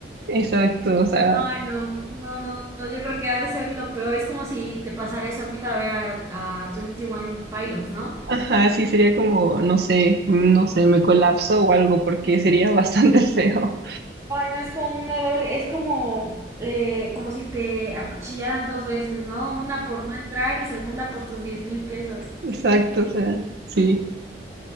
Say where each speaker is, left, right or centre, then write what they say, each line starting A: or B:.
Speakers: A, on the right (about 60°); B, on the right (about 15°).
A: Exacto, o sea,
B: Ay, no, no, no, no, yo creo que ha de ser lo peor. Es como si te pasara eso a ti para ver a, a 21 Pilots, ¿no?
A: ajá, sí sería como, no sé, no sé, me colapso o algo porque sería bastante <laughs> feo.
B: Ay, no, es como una doble, es como, eh, como si te acuchillaran dos veces, ¿no? Una por no entrar y segunda por tus diez mil pesos.
A: Exacto, o sea, sí.